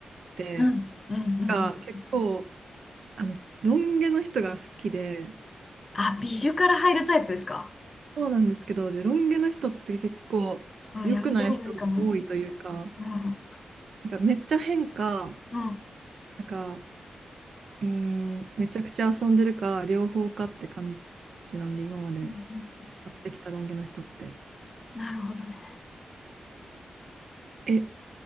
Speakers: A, on the right; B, on the left.
A: て、
B: うん、うん、うん。
A: が結構、あの、ロン毛の人が好きで、
B: あ、美女から入るタイプですか
A: そうなんですけど、で、ロン毛の人って結構良くない人も多いというか、
B: うん、やめた方がいいかも。うん、
A: なんかめっちゃ変か、
B: うん、うん
A: なんか、うーん、めちゃくちゃ遊んでるか、両方かって感じなんで、今まで
B: うん
A: 会ってきたロン毛の人って。
B: なるほどね。
A: え、